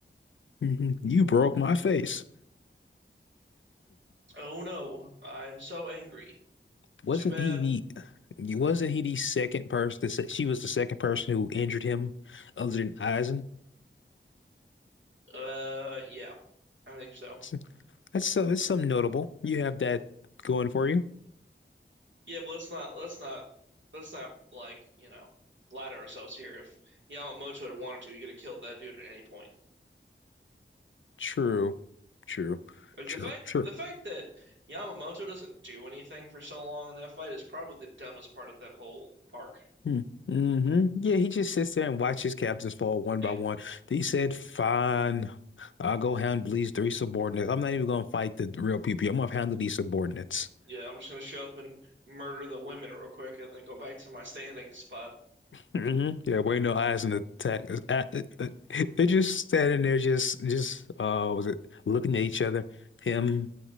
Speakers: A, on the left; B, on the right.
A: You broke my face.
B: Oh no, I'm so angry.
A: Wasn't
B: Too bad.
A: he the wasn't he the second person that said she was the second person who injured him other than Eisen?
B: Uh, yeah, I think so.
A: So That's so that's something notable. You have that going for you.
B: Yeah, but let's not let's not let's not like, you know, lie to ourselves here. If Yamamoto had wanted to, he could have killed that dude at any point.
A: True. True.
B: Like
A: True.
B: the fact
A: True.
B: the fact that Yamamoto doesn't do anything for so long in that fight is probably the dumbest part of that whole arc.
A: Hmm. hmm Yeah, he just sits there and watches captains fall one
B: Hey,
A: by one. He said, Fine, I'll go handle these three subordinates. I'm not even gonna fight the real people. I'm gonna handle these subordinates.
B: yeah, I'm just gonna show up and murder the women real quick and then go back to my standing spot.
A: hmm Yeah, wait, no eyes in the attack. It's- uh, <laughs> They're just standing there, just, just, uh, was it looking at each other? Him,